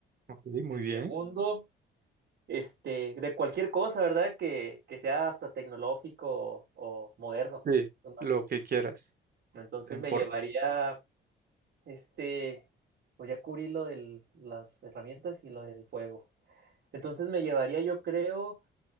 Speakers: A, on the right (about 50°); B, on the right (about 65°).
A: Ok, muy
B: El segundo,
A: bien.
B: este, de cualquier cosa, ¿verdad? Que, que sea hasta tecnológico o, o moderno.
A: Sí,
B: ¿no?
A: lo que quieras,
B: Entonces
A: no importa.
B: me llevaría Este, pues ya cubrí lo de las herramientas y lo del fuego. Entonces me llevaría, yo creo,